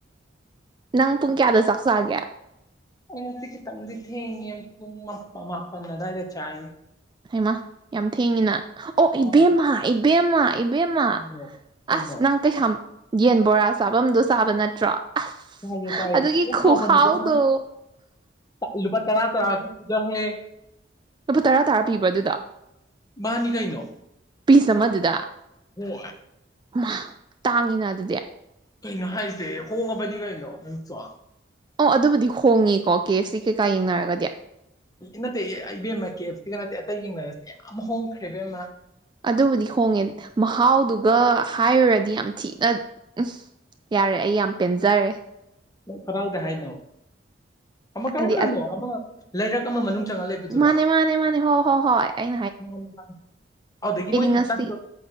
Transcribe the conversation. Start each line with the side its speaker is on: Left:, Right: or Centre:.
Right: ꯅꯪ ꯄꯨꯡ ꯀꯌꯥꯗ ꯆꯥꯛ ꯆꯥꯒꯦ
Left: ꯑꯩ ꯉꯁꯤ ꯈꯤꯇꯪꯗꯤ ꯊꯦꯡꯉꯦ ꯄꯨꯡ ꯃꯥꯄ ꯃꯥꯄꯟ ꯑꯗꯥꯏꯗ ꯆꯥꯏ
Right: ꯍꯩꯏꯃꯥ ꯌꯥꯝ ꯊꯦꯡꯉꯤꯅ ꯑꯣ
Left: ꯑꯥ
Right: ꯏꯕꯦꯝꯃ ꯏꯕꯦꯝꯃ ꯏꯕꯦꯝꯃ
Left: ꯀꯩꯅꯣ ꯀꯩꯅꯣ
Right: ꯑꯁ ꯅꯪ ꯀꯩꯁꯥꯝ ꯌꯦꯟ ꯕꯣꯔꯥ ꯆꯥꯕꯝꯗꯣ ꯆꯥꯕ ꯅꯠꯇ꯭ꯔꯣ ꯑꯁ
Left: ꯆꯥꯏꯌꯦ ꯆꯥꯏꯌꯦ
Right: ꯑꯗꯨꯒꯤ
Left: ꯊꯤꯅ
Right: ꯈꯨꯍꯥꯎꯗꯣ
Left: ꯍꯥꯎꯕꯅꯤ ꯏꯕꯦꯝꯃ ꯂꯨꯄꯥ ꯇꯔꯥ ꯇꯔꯥ ꯄꯤꯕꯗꯣ ꯍꯦ
Right: ꯂꯨꯄꯥ ꯇꯔꯥ ꯇꯔꯥ ꯄꯤꯕ꯭ꯔꯣ ꯑꯗꯨꯗꯣ
Left: ꯃꯥꯅꯤ ꯀꯩꯅꯣ
Right: ꯄꯤꯁ ꯑꯃꯗꯨꯗ
Left: ꯍꯣꯏ
Right: ꯃꯥ ꯇꯥꯡꯉꯤꯅ ꯑꯗꯨꯗꯤ
Left: ꯀꯩꯅꯣ ꯍꯥꯏꯁꯦ ꯍꯣꯡꯉꯕꯅꯤ ꯀꯩꯅꯣ ꯅꯪꯁꯨ
Right: ꯑꯣ ꯑꯗꯨꯕꯨꯗꯤ ꯍꯣꯡꯉꯤꯀꯣ ꯀꯦ ꯑꯦꯐ ꯁꯤ ꯀꯩꯀꯥ ꯌꯦꯡꯅꯔꯒꯗꯤ
Left: ꯅꯠꯇꯦ ꯑꯩ ꯏꯕꯦꯝꯃ ꯀꯦ ꯑꯦꯐ ꯁꯤ ꯅꯠꯇꯦ ꯑꯇꯩ ꯌꯦꯡꯅꯔꯁꯨ ꯌꯥꯝ ꯍꯣꯡꯒ꯭ꯔꯦ ꯏꯕꯦꯝꯃ
Right: ꯑꯗꯨꯕꯨꯗꯤ ꯍꯣꯡꯉꯦ ꯃꯍꯥꯎꯗꯨꯒ ꯍꯥꯏꯔꯨꯔꯗꯤ ꯌꯥꯝ ꯊꯤꯅ <unintelligible> ꯌꯥꯔꯦ ꯑꯩ ꯌꯥꯝ ꯄꯦꯟꯖꯔꯦ
Left: ꯀꯔꯥꯏꯗ ꯍꯥꯏꯅꯣ ꯑꯃ ꯀꯔꯝꯕꯅꯣ
Right: ꯍꯥꯏꯗꯤ
Left: ꯑꯃ ꯂꯩꯔꯛ ꯑꯃ ꯃꯅꯨꯡ ꯆꯪꯉ ꯂꯩꯕꯗꯨꯔꯣ
Right: ꯃꯥꯅꯦ ꯃꯥꯅꯦ ꯃꯥꯅꯦ ꯍꯣ ꯍꯣ ꯍꯣꯏ ꯑꯩ
Left: <unintelligible> ꯑꯗꯨꯗꯒꯤ ꯃꯣꯏꯗꯤ
Right: ꯉꯁꯤ
Left: ꯇꯟꯗꯣ